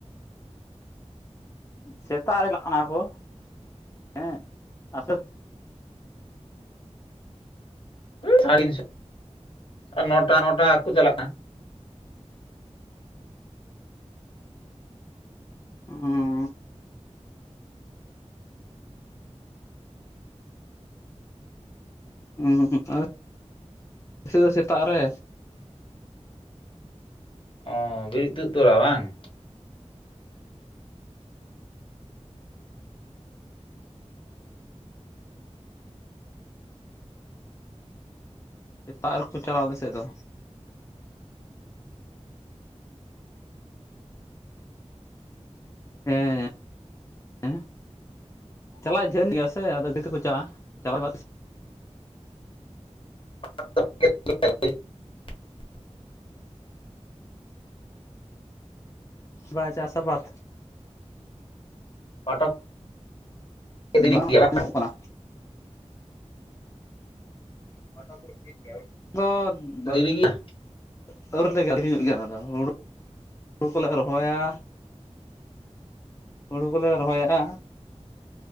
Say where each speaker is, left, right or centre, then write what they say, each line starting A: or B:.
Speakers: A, on the left; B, on the left.
A: ᱥᱮᱛᱟᱜ ᱨᱮ ᱪᱟᱞᱟᱜ ᱠᱟᱱᱟ ᱠᱚ᱾ ᱦᱮᱸ ᱟᱯᱮ <inaudible>
B: ᱥᱟᱲᱥᱚ <inaudible> ᱟᱨ ᱱᱚᱴᱟ ᱱᱚᱴᱟ ᱠᱚ ᱪᱟᱞᱟᱜ ᱠᱟᱱᱟ
A: ᱚᱸ ᱦᱩᱸ ᱟᱨ ᱥᱩᱫᱩ ᱥᱮᱛᱟᱜ ᱨᱮ
B: ᱚᱻ ᱵᱤᱨᱤᱫ ᱛᱩᱫ ᱛᱚᱨᱟ ᱵᱟᱝ
A: ᱥᱮᱛᱟᱜ ᱨᱮᱠᱚ ᱪᱟᱞᱟᱣ ᱟᱞᱮ ᱥᱮᱫ ᱫᱚ ᱦᱮᱸ ᱦᱮᱸ <inaudible> ᱪᱟᱞᱟᱜ ᱡᱷᱟᱹᱞ ᱜᱮᱭᱟ ᱥᱮ ᱟᱫᱚ ᱪᱮᱫ ᱛᱮ ᱠᱚ ᱪᱟᱜᱼᱟ ᱪᱟᱞᱟᱜ
B: <unintelligible>
A: ᱵᱟᱭ ᱪᱟᱥ ᱟᱵᱟᱛ
B: ᱯᱟᱴᱟ ᱫᱮᱨᱤ
A: ᱵᱟᱝ
B: ᱜᱮᱭᱟ
A: ᱟᱡᱚᱢᱚᱜ ᱠᱟᱱᱟ <unintelligible>
B: ᱫᱮᱨᱤ ᱜᱮᱭᱟ
A: ᱟᱹᱣᱨᱞᱮ ᱟᱹᱠᱷᱨᱤᱧᱚᱜ ᱜᱮᱭᱟ ᱚᱱᱟᱫᱚ ᱦᱩᱲᱩ ᱦᱩᱲᱩ ᱠᱚᱞᱮ ᱨᱚᱦᱚᱭᱟ᱾ ᱦᱩᱲᱩ ᱠᱚᱞᱮ ᱨᱚᱦᱚᱭᱟ